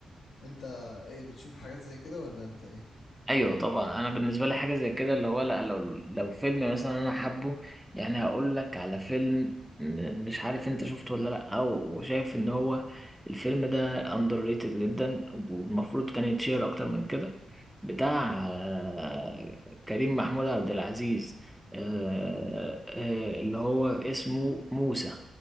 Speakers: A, on the left; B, in the centre.
A: انت ايه بتشوف حاجات زي كده ولا انت ايه
B: ايوه طبعا انا بالنسبه لي حاجه زي كده اللي هو لا لو لو فيلم مثلا انا حابه يعني هقول لك على فيلم م- مش عارف انت شفته ولا لا او وشايف ان هو الفيلم ده اندر ريتد جدا والمفروض كان يتشير اكتر من كده بتاع آه، كريم محمود عبد العزيز آه، آه، اللي هو اسمه موسى